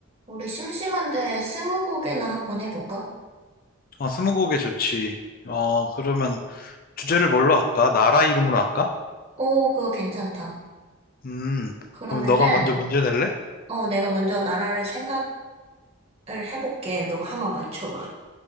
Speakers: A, on the right; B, on the left.
A: 우리 심심한데 스무고개나 한번 해볼까?
B: 아, 스무고개 좋지. 어, 그러면 주제를 뭘로 할까? 나라 이름으로 할까?
A: 오, 그거 괜찮다.
B: 음,
A: 그러면은,
B: 그러면 너가 먼저 문제 낼래?
A: 어, 내가 먼저 나라를 생각을 해볼게. 너가 한번 맞춰봐.